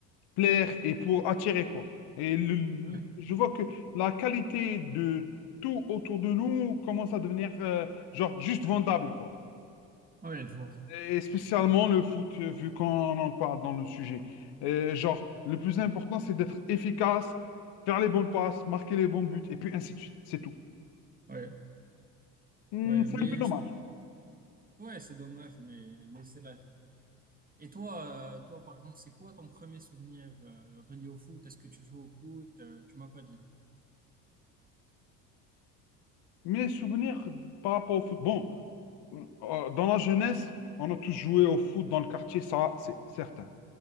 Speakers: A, on the left; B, on the right.
A: plaire et pour attirer, quoi. Et le-
B: Ouais,
A: je vois que la qualité de tout autour de nous commence à devenir, euh, genre, juste vendable, quoi.
B: ouais, je vois.
A: Et spécialement
B: Ouais,
A: le foot, euh, vu qu'on en parle dans le sujet. Euh, genre, le plus important, c'est d'être efficace, faire les bonnes passes, marquer les bons buts, et puis ainsi de suite. C'est tout.
B: ouais,
A: Hmm,
B: ouais,
A: c'est
B: mais
A: un peu dommage.
B: je- ouais, c'est dommage, mais, mais c'est la vie. Et toi, euh, toi, par exemple, c'est quoi ton premier souvenir euh, relié au foot? Est-ce que tu joues au foot? Euh, tu m'as pas dit.
A: Mes souvenirs par rapport au foot. Bon, euh, dans la jeunesse, on a tous joué au foot dans le quartier, ça, c'est certain.